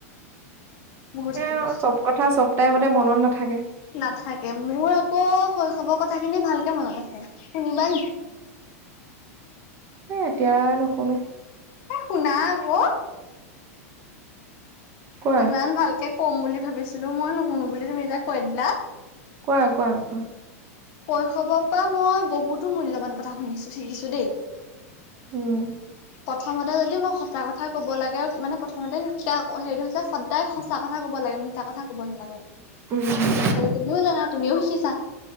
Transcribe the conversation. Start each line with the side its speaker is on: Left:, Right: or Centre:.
Left: বহুত
Right: সেয়াও
Left: শিকিলা।
Right: চব কথা চব টাইমতে মনত নাথাকে।
Left: নাথাকে, মোৰ আকৌ শৈশৱৰ কথা খিনি ভালকে মনত আছে। শুনিবা নেকি?
Right: এ এতিয়া নুশুনো।
Left: এ শুনা আকৌ,
Right: কোৱা
Left: ইমান ভালকে কম বুলি ভবিছিলো মই, নুশুনো বুলি তুমি যে কৈ দিলা!
Right: কোৱা, কোৱা, কোৱা।
Left: শৈশৱৰ পৰা মই বহুতো মূল্যবান কথা শুনিছোঁ-শিকিছোঁ দেই।
Right: উম।
Left: প্ৰথমতে যদি মই সঁচা কথা ক'ব লাগে-মানে প্ৰথমতে <unintelligible> হেৰিটো হৈছে সদায় সঁচা কথা ক'ব লাগে, মিছা কথা ক'ব নালাগে।
Right: উম। <inaudible>
Left: তুমিও জানা তুমিও শিকিছা।